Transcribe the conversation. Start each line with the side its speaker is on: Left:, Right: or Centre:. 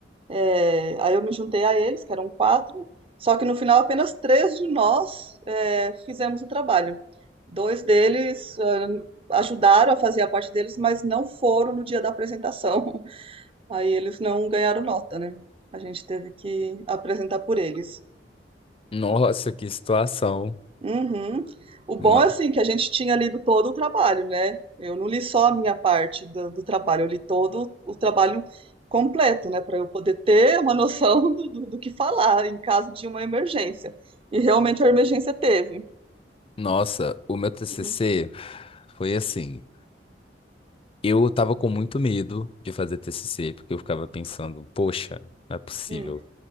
Right: É, aí eu me juntei a eles, que eram quatro. Só que no final apenas três de nós é, fizemos o trabalho. Dois deles ah, ajudaram a fazer a parte deles, mas não foram no dia da apresentação. <laughs> Aí eles não ganharam nota, né? A gente teve que apresentar por eles.
Left: Nossa, que situação.
Right: Uhum. O bom
Left: Ma-
Right: é assim que a gente tinha lido todo o trabalho, né? Eu não li só a minha parte do, do trabalho, eu li todo o trabalho completo, né? Para eu poder ter uma noção <laughs> do, do, do que falar em caso de uma emergência. E realmente a emergência teve.
Left: Nossa, o meu TCC
Right: Uhum.
Left: foi assim. Eu tava com muito medo de fazer TCC, porque eu ficava pensando, poxa, não é possível,
Right: Hum.